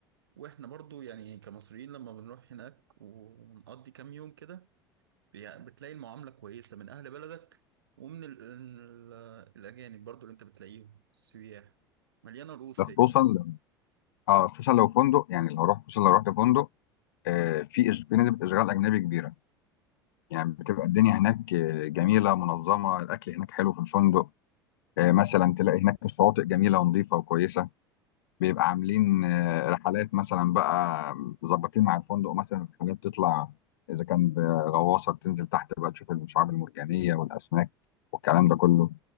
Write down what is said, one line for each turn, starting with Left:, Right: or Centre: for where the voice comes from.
Right: واحنا برضو يعني كمصريين لما بنروح هناك ونقضي كام يوم كده بي- بتلاقي المعاملة كويسة من أهل بلدك ومن ال ال الأجانب برضو اللي أنت بتلاقيهم السياح مليانة رؤوس
Left: ده
Right: هي
Left: خصوصا اه خصوصا لو فندق يعني لو رحت خصوصا لو رحت فندق آه في إش- في نسبه اشغال اجنبي كبيره يعني بتبقى الدنيا هناك آه، جميله منظمه الاكل هناك حلو في الفندق آه مثلا تلاقي هناك الشواطئ جميله ونظيفه وكويسه بيبقى عاملين آه رحلات مثلا بقى مظبطين مع الفندق مثلا رحلات تطلع اذا كان بغواصه تنزل تحت بقى تشوف الشعاب المرجانيه والاسماك والكلام ده كله